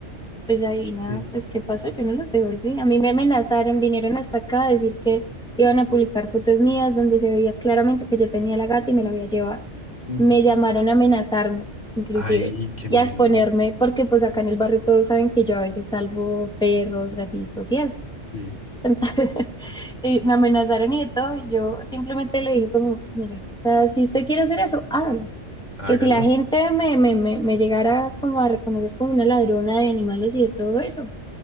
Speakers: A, in the centre; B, on the left.
A: pues ahí nada,
B: Sí.
A: pues ¿qué pasó? Yo no los devolví. A mí me amenazaron, vinieron hasta acá a decir que iban a publicar fotos mías donde se veía claramente que yo tenía la gata y me la había llevado.
B: Ujú.
A: Me llamaron a amenazarme, inclusive,
B: Ay, qué
A: y
B: miedo.
A: a exponerme porque pues acá en el barrio todos saben que yo a veces salvo perros, gatitos y eso.
B: Sí,
A: <laughs> Y me amenazaron y de todo, y yo simplemente le dije como, mire, o sea, si usted quiere hacer eso, hágalo.
B: hágalo.
A: Que si la gente me, me, me, me llegara como a reconocer como una ladrona de animales y de todo eso,